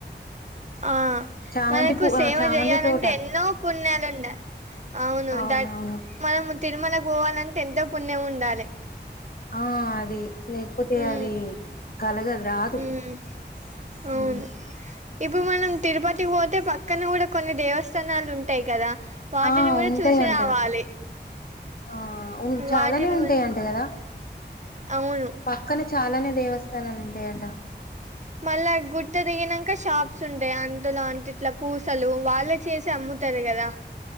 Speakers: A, on the right; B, on the left.
A: ఆ
B: చామంతి
A: మనకు
B: పూ
A: సేవ
B: ఆ చామంతి
A: చేయాలంటే
B: తోట
A: ఎన్నో పుణ్యాలు ఉండా. అవును
B: అవునవును
A: ద మనం తిరుమలక్ పోవాలంటే ఎంతో పుణ్యం ఉండాలి.
B: ఆ అది లేకపోతే
A: ఉమ్
B: అది. కలగాద్ రాదు.
A: ఉమ్ అవును
B: హు
A: ఇప్పుడు మనం తిరుపతి పోతే పక్కన కూడా కొన్ని దేవస్థానాలు ఉంటాయి కదా. వాటిని
B: ఆ
A: కూడా
B: ఉంటాయంట
A: చూసి రావాలి.
B: ఆ ఉన్ చాలానే
A: వాటిని
B: ఉంటాయ్
A: కూడా
B: అంట కదా.
A: అవును
B: పక్కనే చాలానే దేవస్థానాలు ఉంటాయంటా
A: మళ్ళా గుట్టదిగినాక్ ఇకా షాప్స్ ఉంటాయ్. అందులో అంటిట్లా పూసలు వాళ్ళ చేసి అమ్ముతారు కదా.